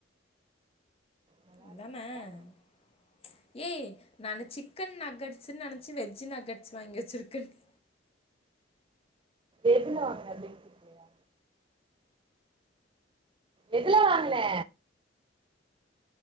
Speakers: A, on the right; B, on the left.
A: நல்லா
B: அதானே
A: இருந்துச்சா
B: ச்சு ஏய் நான சிக்கன் நக்கட்ஸ்னு நெனைச்சு வெஜ்ஜ் நக்கட்ஸ் வாங்கி வச்சிருக்கேன் டி
A: எதுல வாங்கினா <unintelligible> இல்லயா எதுலா வாங்குனா